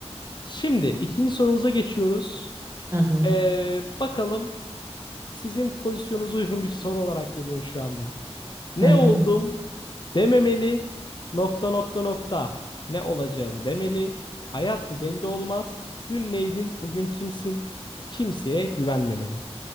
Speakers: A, on the left; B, on the right.
A: Şimdi ikinci sorumuza geçiyoruz.
B: Hı hı.
A: Ee, bakalım sizin pozisyonunuza uygun bir soru olarak geliyor şu anda. Ne
B: Hı hı.
A: oldum dememeli, nokta nokta nokta. Ne olacağım demeli. Hayat bu belli olmaz. Dün neydin, bugün kimsin? Kimseye güvenmemeli.